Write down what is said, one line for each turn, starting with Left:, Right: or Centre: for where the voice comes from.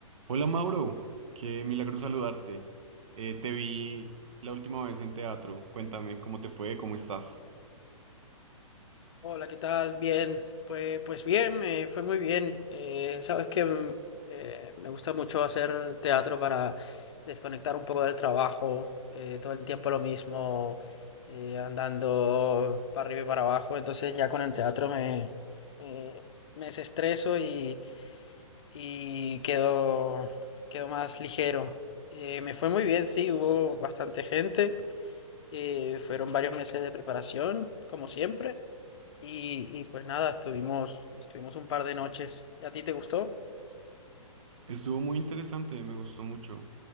Right: Hola Mauro, qué milagro saludarte. Eh, te vi la última vez en teatro. Cuéntame cómo te fue, cómo estás.
Left: Hola, ¿qué tal? Bien, pues, pues bien, me fue muy bien. Eh, sabes que mm, eh, me gusta mucho hacer teatro para desconectar un poco del trabajo, eh, todo el tiempo lo mismo, eh, andando para arriba y para abajo. Entonces ya con el teatro me, me, me desestreso y, y quedo, quedo más ligero. Eh, me fue muy bien, sí, hubo bastante gente, eh, fueron varios meses de preparación, como siempre. Y, y pues nada, estuvimos, estuvimos un par de noches. ¿Y a ti te gustó?
Right: Estuvo muy interesante, me gustó mucho,